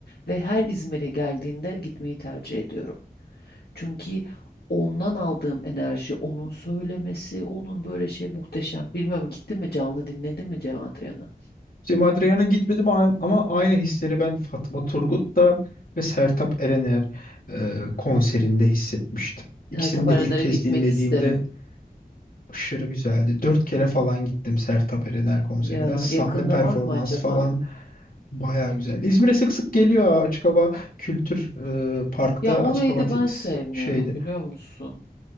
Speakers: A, on the left; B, on the left.
A: Ve her İzmir'e geldiğinde gitmeyi tercih ediyorum. Çünkü ondan aldığım enerji, onun söylemesi, onun böyle şey muhteşem. Bilmiyorum gitti mi canlı dinledi mi Cem Adrian'ı?
B: İşte Madriyan'a gitmedim a- ama aynı hisleri ben Fatma Turgut'ta ve Sertab Erener e, konserinde hissetmiştim. İkisini
A: Tertaparanlara
B: de ilk kez
A: gitmek
B: dinlediğimde
A: isterim.
B: Aşırı güzeldi. Dört kere falan gittim Sertab Erener konserine.
A: Ya
B: Sahne
A: yakında
B: performansı
A: var mı acaba?
B: falan baya güzel. İzmir'e sık sık geliyor Açık Hava Kültür e, Park'ta.
A: Ya orayı
B: Açık Hava
A: da
B: te-
A: ben sevmiyorum
B: şeydi.
A: biliyor musun?